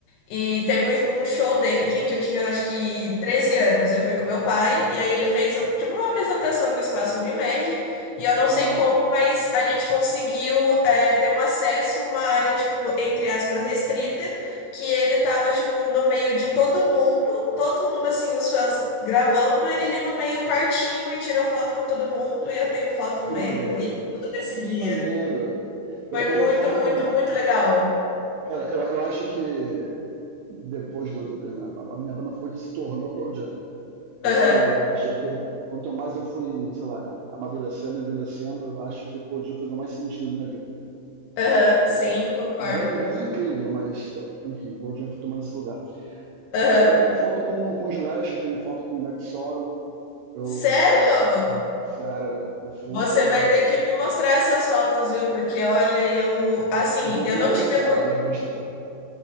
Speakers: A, on the left; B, on the right.
A: e teve um um show dele. Gente, eu tinha acho que 13 anos. Eu fui com meu pai, e aí ele fez tipo uma apresentação no espaço Unimed. E eu não
B: Aham.
A: sei como, mas a gente conseguiu é, ter um acesso, uma área, tipo, entre aspas, restrita, que ele tava, tipo, no meio de todo mundo, todo mundo assim, os fãs gravando, ele ali no meio partinho e tirou foto com todo mundo. E eu tenho foto
B: Que
A: com
B: maneiro.
A: ele, vi tudo desse
B: Que
A: dia.
B: maneiro. Eu
A: Foi
B: tenho
A: muito,
B: foto
A: muito,
B: com.
A: muito legal.
B: Cara, eu, eu acho que depois do, do a a minha banda favorita se tornou Pearl Jam, porque
A: Aham,
B: eu acho que quanto mais eu fui, sei lá, amadurecendo, envelhecendo, eu acho que Pearl Jam fez mais sentido na minha vida.
A: aham,
B: É,
A: sim, concordo.
B: Guns, Guns é incrível, mas enfim, Pearl Jam foi tomando esse lugar.
A: Aham.
B: É, eu tenho foto com, com o Gillespie, eu tenho foto com o Matt Sorum, eu,
A: Sério?
B: cara, eu vou,
A: Você
B: é,
A: vai ter que me mostrar essas fotos, viu? Porque olha, eu assim,
B: vou
A: eu
B: ter
A: não
B: que
A: tive
B: caçar,
A: opor-
B: mas vou estofar.